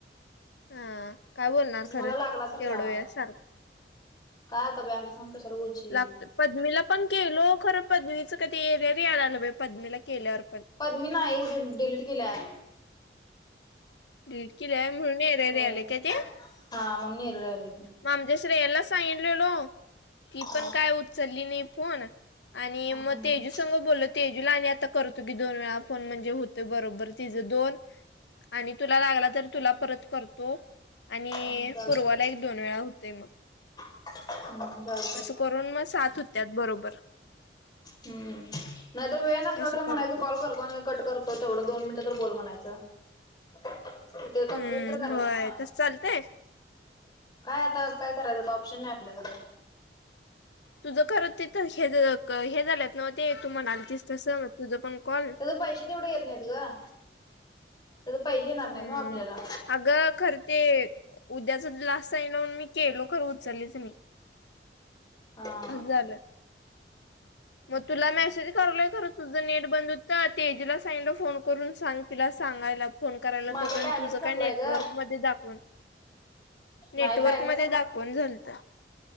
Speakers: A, on the left; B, on the left.
A: हा काय बोलणार
B: म्हणजे
A: खरं
B: मला लागला तर
A: एवढं
B: लाव
A: वेळ सारख
B: काय आता बाई आमच्या संग कश्याला बोलशील
A: लागत पद्मीला पण केलो खरं पद्मीचं कधी इरर यायला लागलं बाई पद्मीला केल्यावर पण
B: पद्मी नाही डिलीट केल्याय अँप
A: डीलीड केलीय व्हय म्हणून इरर
B: होय.
A: यालय काय ते
B: हा म्हणून इरर यालय
A: म आमच्या श्रेयाला सांगितलेलो ती
B: हा
A: पण काय उचलली नाही फोन आणि मग
B: हम्म.
A: तेजस संग बोलो तेजूला आणि आता करतो की दोन वेळा फोन म्हणजे होतय बरोबर तिझं दोन आणि तुला लागला तर तुला परत करतो आणि
B: हम्म चालतंय
A: पूर्वाला
B: की.
A: एक दोन वेळा होतय मग
B: हम्म जाय
A: असं करून मग सात होत्यात बरोबर
B: हम्म नाहीतर वेळ नसला
A: तसं
B: तर
A: करतो
B: म्हणायच कॉल करतो कट करतो तेवढं दोन मिनिटं तर बोल म्हणायचं ते
A: हम्म
B: कम्प्लीट तर करायचेे
A: होय
B: ना
A: तस चालतंय
B: काय आता आज काय करायचं आता ऑप्शन नाही आपल्याकडे
A: तुझं खरं ते हे हे झालंत नव्ह ते तू म्हणालतीस तसं म तुझं पण कॉल
B: तर पैसे तेवढे येत नाहीत ग त्याचे पैसे येणार नाहीत
A: हम्म
B: ना आपल्याला
A: अगं खर ते उद्याच लास्ट टई लावून मी केलो खर उचललीच मी
B: हा
A: ह <inaudible> मग तुला मेसेज करलोय खरं तुझं नेट बंद होतं तेजूला सांगितलं फोन करून सांग तिला सांगायला फोन करायला
B: माझा
A: तोपर्यंत
B: बॅलन्स
A: तुझं
B: सपलाय
A: काय नेटवर्कमध्ये
B: ग.
A: दाखव नेटवर्कमध्ये
B: नाही बॅलन्स
A: दाखवून झालत